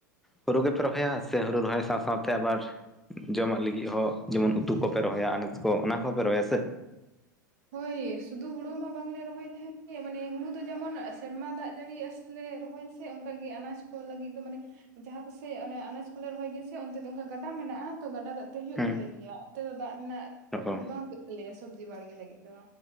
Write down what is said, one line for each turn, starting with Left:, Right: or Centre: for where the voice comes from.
Centre: ᱦᱳᱲᱳ ᱜᱮᱯᱮ ᱨᱚᱦᱚᱭᱟ ᱥᱮ ᱦᱩᱲᱩ ᱨᱚᱦᱚᱭ ᱥᱟᱶ ᱥᱟᱶᱛᱮ ᱟᱵᱟᱨ ᱡᱚᱢᱟᱜ ᱞᱟᱹᱜᱤᱫ ᱦᱚᱸ ᱡᱮᱢᱚᱱ ᱩᱛᱩ ᱠᱚᱯᱮ ᱨᱚᱦᱚᱭᱟ ᱟᱱᱟᱡ ᱠᱚ ᱚᱱᱟ ᱠᱚᱦᱚᱸᱯᱮ ᱨᱚᱦᱚᱭᱟ ᱥᱮ
Right: ᱦᱳᱭ ᱥᱩᱫᱷᱩ ᱦᱩᱲᱳ ᱢᱟ ᱵᱟᱝᱞᱮ ᱨᱚᱦᱚᱭ ᱛᱟᱦᱮᱱ ᱜᱮ ᱢᱟᱱᱮ ᱦᱩᱲᱩ ᱫᱚ ᱡᱮᱢᱚᱱ ᱥᱮᱨᱢᱟ ᱫᱟᱜ ᱡᱟᱹᱲᱤ ᱟᱸᱥ ᱛᱮᱞᱮ ᱨᱚᱦᱚᱭᱟᱥᱮ ᱚᱱᱠᱟᱜ ᱜᱮ ᱟᱱᱟᱡᱽ ᱠᱚ ᱞᱟᱹᱜᱤᱫ ᱫᱚ ᱢᱟᱱᱮ ᱡᱟᱦᱟᱸ ᱠᱚᱥᱮ ᱚᱱᱮ ᱟᱱᱟᱡ ᱠᱚᱞᱮ ᱨᱚᱦᱚᱭ ᱜᱮᱭᱟᱥᱮ ᱚᱱᱛᱮ ᱫᱚ ᱚᱱᱠᱟ ᱜᱟᱰᱟ ᱢᱮᱱᱟᱜᱼᱟ ᱛᱚ ᱜᱟᱰᱟ ᱫᱟᱜ ᱛᱚ ᱦᱳᱭᱳᱜ
Centre: ᱦᱮᱸ
Right: ᱛᱟᱞᱮ ᱜᱮᱭᱟ ᱚᱱᱛᱮ ᱫᱚ ᱫᱟᱜ ᱨᱮᱱᱟᱜ
Centre: ᱚ
Right: ᱚᱵᱷᱟᱵ ᱵᱟᱝ ᱦᱳᱭᱳᱜ ᱛᱟᱞᱮᱭᱟ ᱥᱚᱵᱽᱡᱤ ᱵᱟᱲᱜᱮ ᱞᱟᱹᱜᱤᱫ ᱫᱚ